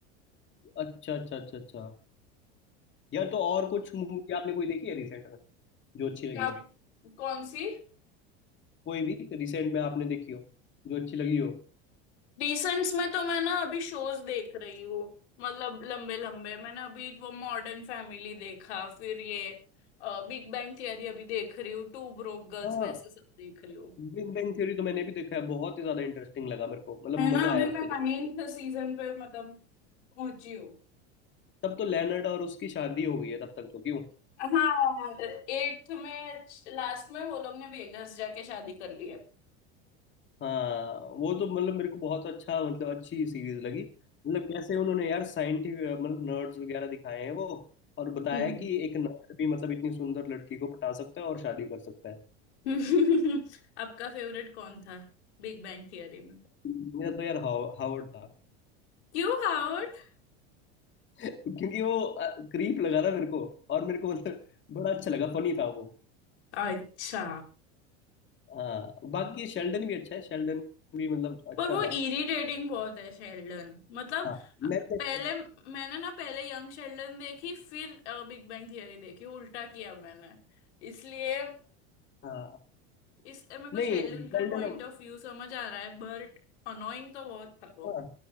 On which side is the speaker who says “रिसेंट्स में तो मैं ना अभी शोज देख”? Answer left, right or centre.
Left